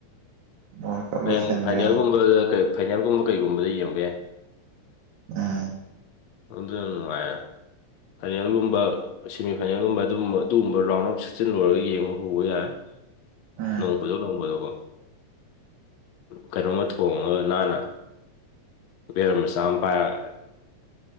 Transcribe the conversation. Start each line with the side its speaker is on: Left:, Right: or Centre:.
Right: ꯋꯥꯔꯜ ꯀꯞ
Left: ꯍꯌꯦꯡ
Right: ꯂꯣꯏꯁꯤꯟꯈ꯭ꯔꯦꯕ
Left: ꯐꯥꯏꯅꯦꯜꯒꯨꯝꯕꯗ ꯐꯥꯏꯅꯦꯜꯒꯨꯝꯕ ꯀꯩꯒꯨꯝꯕꯗ ꯌꯦꯡꯒ ꯌꯥꯦ
Right: ꯎꯝ
Left: ꯑꯗꯨꯅ ꯅꯨꯡꯉꯥꯌꯦꯕ ꯐꯥꯏꯅꯦꯜꯒꯨꯝꯕ ꯁꯦꯃꯤꯐꯥꯏꯅꯦꯜꯒꯨꯝꯕ ꯑꯗꯨꯒꯨꯝꯕ ꯑꯗꯨꯒꯨꯝꯕ ꯔꯥꯎꯟ ꯑꯞ ꯁꯤꯛꯇꯤꯟ ꯂꯣꯏꯔꯒ ꯌꯦꯡꯕ ꯍꯧꯕ ꯌꯥꯏ
Right: ꯎꯝ
Left: ꯅꯣꯡ ꯐꯖꯣ ꯅꯣꯡ ꯐꯗꯣ ꯀꯣ ꯀꯩꯅꯣꯝꯃ ꯊꯣꯡꯉꯒ ꯅꯥꯅ ꯔꯃꯦꯁ ꯑꯃ ꯄꯥꯏꯔꯒꯦ